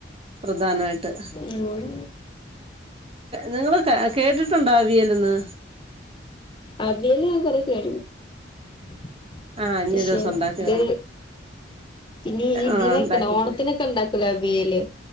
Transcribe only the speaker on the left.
ഉം
അവിയല് ഞാൻ കൊറെ കേ <unintelligible>
ഷേ
ത് പിന്നെ ഈ
ദിനൊക്ക
ണ് ഓണത്തിനൊക്കെ ഉണ്ടാക്കൂലേ അവിയല്